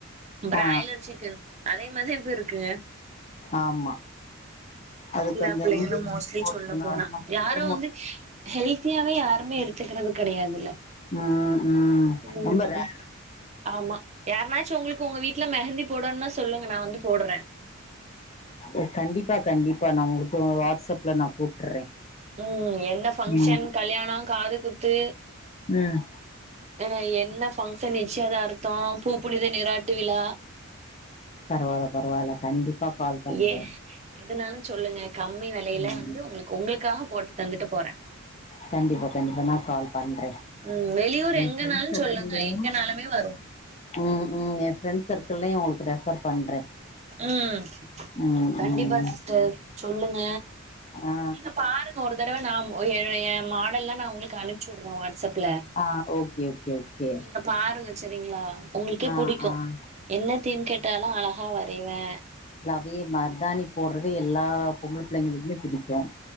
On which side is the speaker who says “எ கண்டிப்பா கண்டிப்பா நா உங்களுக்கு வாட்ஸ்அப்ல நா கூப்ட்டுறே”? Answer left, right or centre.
Left